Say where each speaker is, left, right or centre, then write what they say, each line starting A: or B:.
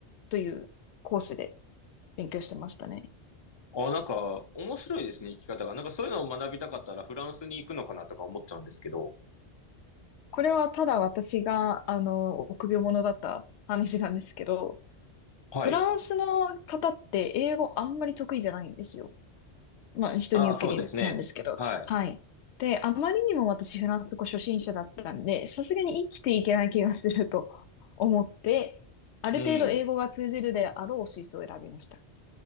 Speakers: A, on the left (about 80°); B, on the left (about 30°).
A: というコースで勉強してましたね。
B: あ、なんか面白いですね、生き方が。なんかそういうのを学びたかったらフランスに行くのかなとか思っちゃうんですけど。
A: これはただ私が、あの、臆病者だった話なんですけど、
B: はい。
A: フランスの方って英語あんまり得意じゃないんですよ。まあ、人に受けりなんですけど。
B: ああ、そうですね。はい。
A: はい。で、あまりにも私フランス語初心者だったんで、さすがに生きていけない気がすると思って、ある程度英語が通じるであろう水素を選びました。
B: うん。